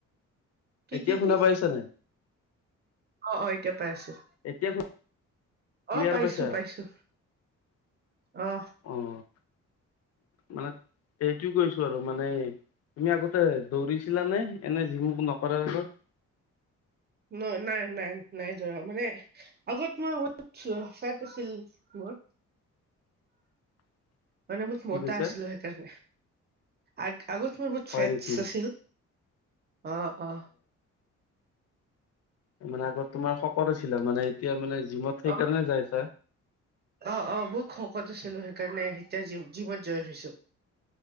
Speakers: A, on the right (about 35°); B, on the left (about 55°).
A: কি
B: এতিয়া
A: কি
B: শুনা
A: কি?
B: পাইছা নাই
A: অ' অ' এতিয়া পাই আছোঁ।
B: এতিয়া ক্লিয়াৰ
A: অ' পাইছো
B: পাইছা
A: পাইছো আহ।
B: অ' মানে এইটো কৈছো আৰু মানে তুমি আগতে দৌৰিছিলা নে এনে জিম নকৰাৰ আগত?
A: ন নাই নাই নাই দৈৰা মানে আগত মোৰ ফেট আছিল মোৰ।
B: <inaudible>
A: মানে বহুত মতা
B: কৈছা
A: আছিলো সেইকাৰণে আগ আগত মোৰ বহুত
B: হয়
A: ফেটচ
B: নেকি
A: আছিল। অ অ।
B: মানে আগত তোমাৰ শকত আছিলা মানে এতিয়া মানে জিমত সেইকাৰণে
A: অ
B: যাই ছাৰ।
A: অ' অ' মই শকত আছিলো সেইকাৰণে এতিয়া জিম জিমত জইন হৈছো।